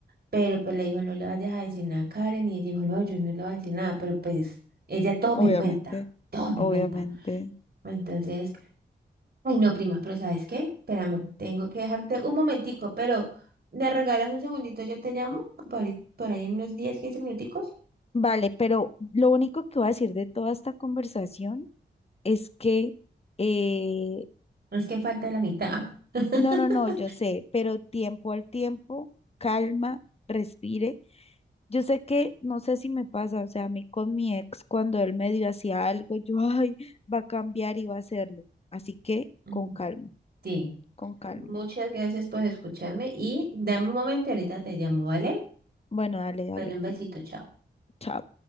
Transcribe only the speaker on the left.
obviamente,
obviamente.
Vale, pero lo único que voy a decir de toda esta conversación es que, eh,
no, no, no, yo sé, pero tiempo al tiempo, calma, respire. Yo sé que, no sé si me pasa, o sea, a mí con mi ex, cuando él medio hacía algo, yo, ay, va a cambiar y va a hacerlo. Así que,
con calma,
con calma.
Bueno, dale, dale.
Chao.